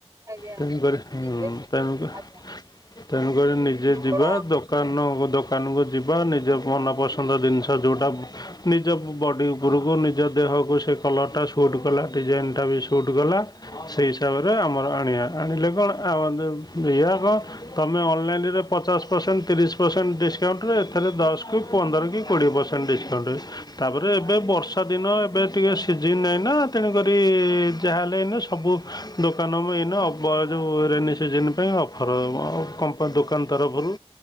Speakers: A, on the right; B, on the left.
A: ଆଜ୍ଞା
B: ତେଣୁକରି ହୁଁ
A: ନିଜେ କି
B: ତେଣୁକ
A: ଆଜ୍ଞା
B: ତେଣୁକରି ନିଜେ
A: ଆପଣ
B: ଯିବା ଦୋ କାନକୁ ଦୋକାନକୁ ଯିବା ନିଜ ମନପସନ୍ଦ ଜିନିଷ ଯୋଉଟା ନିଜ ବଡ଼ି ଉପରକୁ ନିଜ ଦେହକୁ ସେ କଲରଟା ସୁଟ୍ କଲା ଡିଜାଇନଟା ବି ସୁଟ୍ କଲା ସେଇ ହିସାବରେ ଆମର ଆଣିବା। ଆଣିଲେ କଣ <unintelligible> ତମେ ଅନଲାଇନରେ ପଚାଶ ପରସେଣ୍ଟ ତିରିଶ ପରସେଣ୍ଟ ଡିସ୍କାଉଣ୍ଟରେ। ଏଥିରେ ଦଶକୁ ପନ୍ଦର କି କୋଡ଼ିଏ ପରସେଣ୍ଟ ଡିସ୍କାଉଣ୍ଟ। ତାପରେ ଏବେ ବର୍ଷା ଦିନ ଏବେ ଟିକେ ସିଜିନ୍ ନାହିଁ ନା। ତେଣୁକରି ଯାହା ହେଲେ ଏଇନେ ସବୁ ଦୋକାନ ମୁ ଏଇନା ଅବ ଯେଉଁ ରେନି ସିଜନ ପାଇଁ ଅ <unintelligible> ଦୋକାନ ତରଫରୁ